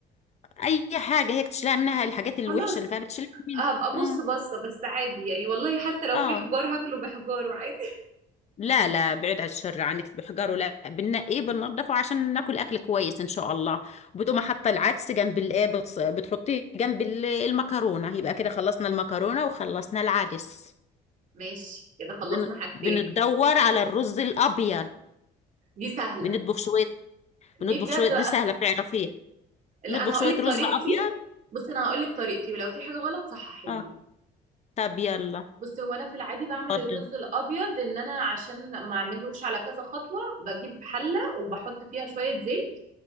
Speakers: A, on the left (about 40°); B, on the right (about 50°).
A: اي حاجة هيك تشيلها منها الحاجات الوحشة
B: خلاص
A: اللي فيها بتشيلها منها
B: هبقى ابص
A: مم.
B: بصه بس عادي يعني والله حتى لو
A: اه
B: في حجار هاكله بحجاره عادي
A: لا لا بعيد عن الشر عنك بحجاره لا بننقيه بننضفه عشان ناكل اكل كويس ان شاء الله وبتقوم حاطه العدس جنب الايه بتص... بتحطيه جنب ال- المكرونه يبقى كده خلصنا المكرونه وخلصنا العدس
B: <laughs> ماشي كده خلصنا
A: بن-
B: حاجتين
A: بنتدور على الرز الابيض
B: دي سهله
A: بنطبخ شويه بنطبخ
B: دي بجد
A: شويه
B: بقى
A: دي سهله
B: سهلة.
A: بتعرفيها
B: لا
A: بنطبخ
B: انا
A: شويه
B: هقول لك
A: رز
B: طريقتي
A: ابيض
B: بص انا هقول لك طريقتي ولو في حاجه غلط صححي
A: اه
B: لي
A: طب يلا
B: بص هو انا في العادي بعمل
A: اتفضل
B: الرز الابيض ان انا عشان ما اعملوش على كذا خطوه بجيب حله وبحط فيها شويه زيت